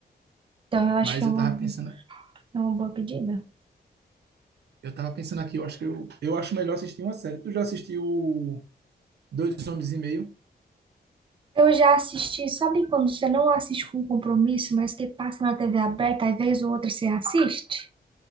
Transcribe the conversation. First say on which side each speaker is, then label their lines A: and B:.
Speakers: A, on the right; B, on the right.
A: Então, eu acho
B: Mas
A: que é uma,
B: eu tava pensando,
A: é uma boa pedida.
B: eu tava pensando aqui, eu acho que eu, eu acho melhor assistir uma série. Tu já assistiu Dois Homens e Meio?
A: Eu já assisti, sabe quando você não assiste com compromisso, mas que passa na TV aberta, aí vez ou outra você assiste?